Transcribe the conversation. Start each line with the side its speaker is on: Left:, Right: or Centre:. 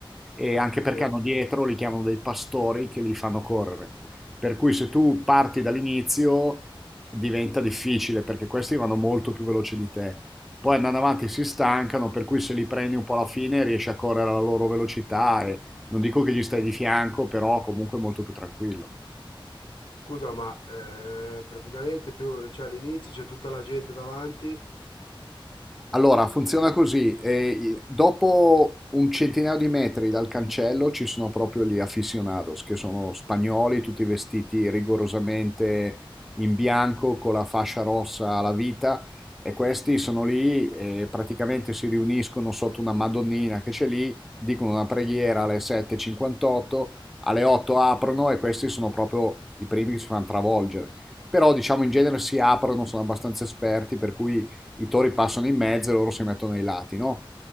Centre: e anche perché
Left: Sì.
Centre: hanno dietro, li chiamano dei pastori che li fanno correre. Per cui se tu parti dall'inizio diventa difficile perché questi vanno molto più veloci di te. Poi andando avanti si stancano, per cui se li prendi un po' alla fine riesci a correre alla loro velocità e non dico che gli stai di fianco, però comunque molto più tranquillo.
Left: Scusa, ma eh, praticamente tu, cioè, all'inizio c'è tutta la gente davanti.
Centre: Allora, funziona
Left: e-
Centre: così. eh, i- dopo un centinaio di metri dal cancello ci sono proprio gli aficionados, che sono spagnoli, tutti vestiti rigorosamente in bianco, con la fascia rossa alla vita, e questi sono lì e praticamente si riuniscono sotto una Madonnina che c'è lì, dicono una preghiera alle 7.58, alle 8 aprono e questi sono proprio i primi che si fanno travolgere. Però, diciamo, in genere si aprono, sono abbastanza esperti, per cui i tori passano in mezzo e loro si mettono ai lati, no?